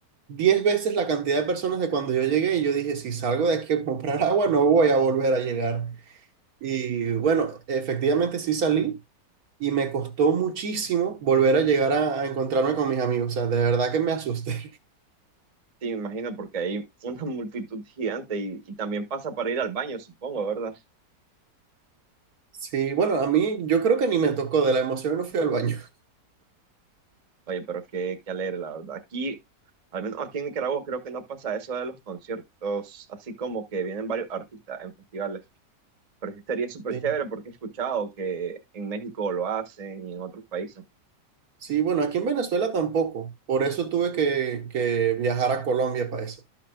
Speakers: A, on the right; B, on the right.
A: 10 veces la cantidad de personas de cuando yo llegué. Y yo dije, si salgo de aquí a comprar <laughs> agua, no voy a volver a llegar. Y bueno, efectivamente sí salí y me costó muchísimo volver a llegar a, a encontrarme con mis amigos. O sea, de verdad que me asusté. <laughs>
B: Sí, me imagino porque hay una multitud gigante y, y también pasa para ir al baño, supongo, ¿verdad?
A: Sí, bueno, a mí yo creo que ni me tocó, de la emoción no fui al baño. <laughs>
B: Oye, pero qué, qué alegre, la verdad. Aquí, al menos aquí en Nicaragua, creo que no pasa eso de los conciertos, así como que vienen varios artistas en festivales. Pero sí estaría súper
A: Sí,
B: chévere porque he escuchado que en México lo hacen y en otros países.
A: Sí, bueno, aquí en Venezuela tampoco, por eso tuve que, que viajar a Colombia para eso.